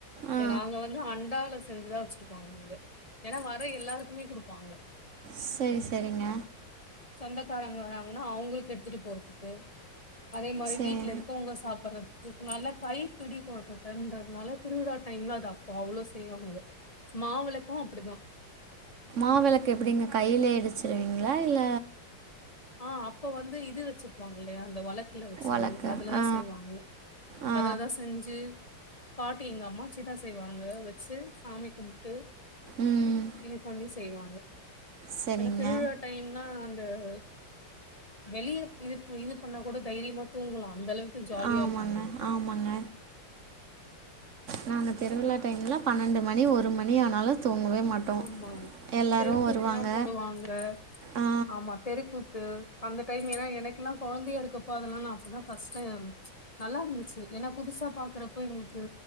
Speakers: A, on the right; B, on the left.
A: ஆ
B: ஏ நாங்க வந்து அண்டால செஞ்சுதா வச்சிருப்பாங்க இங்க ஏன்னா வர எல்லாருக்குமே ப்பாங்க
A: செரி செரிங்க
B: சொந்தக்காரங்க வராங்கன்னா அவங்களுக்கு எடுத்துட்டு போறதுக்கு அதே மாரி
A: சரி
B: வீட்டுல இருக்கவங்க சாப்படுறது இதுக்கு நல்ல கை பிடி குழப்ப டைம்ன்றதுனால திருவிழா டைம் தான் அ அப்போ அவ்வளவு செய்யணுங்க மாவுளக்கம் அப்டிதான்
A: மா விளக்கு எப்டிங்க கையிலே இடிச்சிருவீங்களா இல்ல
B: ஆ அப்ப வந்து இது வச்சிருக்கவாங்க இல்லயா அந்த ஒளக் வச்சு
A: ஒலக்கு
B: அதுலதான்
A: ஆ
B: செய்வாங்க
A: ஆ
B: அதுல தான் செஞ்சு பாட்டி எங்க அம்மா ச்சிதா செய்வாங்க வச்சு சாமி கும்பிட்டு
A: ம்
B: இதுபன்னி செய்வாங்க
A: சரிங்க
B: ஏன்னா திருவிழா டைம்னா <unintelligible> வெளியே இது இது பண்ணா கூட தைரியமா தூங்கலும் அந்த அளவுக்கு ஜாலியா
A: ஆமாங்க
B: இருக்கு உங்களுக்கு
A: ஆமாங்க நான் அ திருவிழா டைமில் பன்னெண்டு மணி ஒரு மணி ஆனாலும் தூங்கவே மாட்டோம்
B: ஆமா
A: எல்லாரும்
B: தெருக்கூத்துல்லாம்
A: வருவாங்க
B: போடுவாங்க
A: ஆ
B: ஆமா தெருக்கூத்து அந்த டைம் ஏன்னா எனக்குல்லாம் கொழந்தையா இருக்கப்போ அதெல்லாம் நா அப்பதான் ஃபர்ஸ்ட் டைம் நல்லா இருந்துச்சு ஏன்னா புதுசா பாகறப்போ எங்களுக்கு